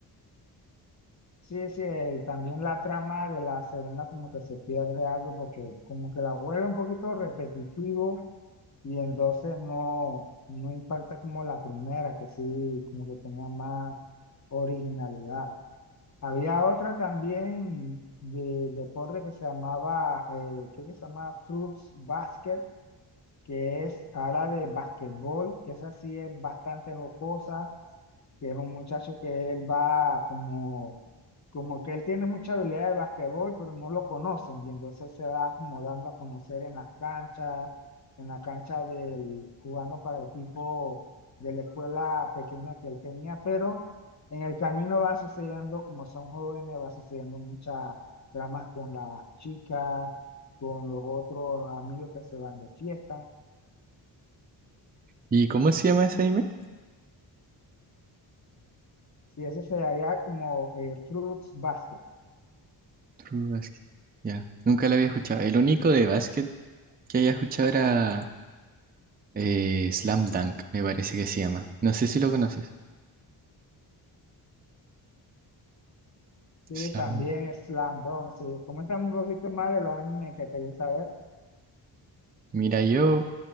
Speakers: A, on the left; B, on the right.
A: Sí, sí, el- también la trama de la segunda como que se pierde algo porque como que la vuelve un poquito repetitivo y entonces no, no impacta como la primera, que sí, como que tenía más originalidad. Había otra también de deporte que se llamaba, eh, creo que se llamaba Fruits Basket, que es ala de basquetbol, que esa sí es bastante jocosa, que es un muchacho que él va como, como que él tiene mucha habilidad de basquetbol, pero no lo conocen, y entonces se va como dando a conocer en las canchas, en la cancha del, jugando para el equipo de la escuela pequeña que él tenía, pero en el camino va sucediendo, como son jóvenes, va sucediendo muchas tramas con las chicas, con los otros amigos que se van de fiesta.
B: ¿Y cómo se llama ese anime?
A: Sí, ese sería como eh, Fruits Basket.
B: True Basket. Ya, nunca lo había escuchado. El único de básquet que había escuchado era eh, Slam Dunk, me parece que se llama. No sé si lo conoces.
A: Sí,
B: Slam.
A: también Slam Dunk. Sí, coméntame un poquito más de los animes que te gusta ver.
B: Mira, yo,